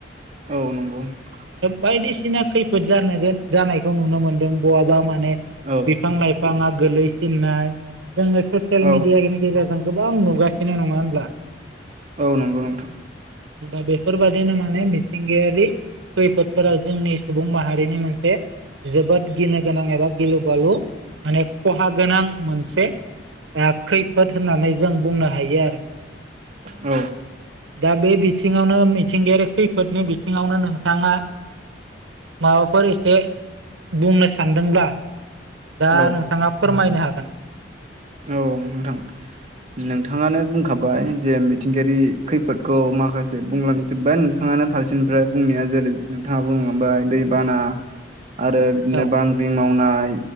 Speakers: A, on the right; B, on the right.
A: औ नंगौ ।
B: बायदिसिना खैफोद जानोन जानायखौ नुनो मोनदों बहाबा माने
A: औ
B: बिफां लाइफां बिफाङा गोलैसिननाय जोङो ससियेल
A: औ
B: मिडियानि गेजेरजों गोबां नुगासिनो नङा होनब्ला?
A: औ नंगौ नोंथां ।
B: दा बेफोरबादिनो माने मिथिंगायारि खैफोद फोर जोंनि सुबुं माहारिनि मोनसे जोबोद गिनो गोनां एबा गिलु बालु माने खहा गोनां मोनसे खैफोद होननानै जों बुंनो हायो आरो ।
A: औ,
B: दा बे बिथिङावनो मिथिंगायारि खैफोदनि बिथिङावनो नोंथाङा माबाफोर एसे बुंनो सानदोंब्ला दा
A: औ
B: नोंथाङा फोरमायनो हागोन ।
A: औ नोंथां । नोंथाङानो बुंखाबाय जे मिथिंगायारि खैफोदखौ माखासे बुंलांजोब्बाय नोंथाङा । नोंथांआनो फारसेनिफ्राय बुंनाया जेरै नोंथाङा बुङो। ओम दै बाना
B: <inaudible>
A: आरो बिदिनो
B: औ
A: बांग्रि मावनाय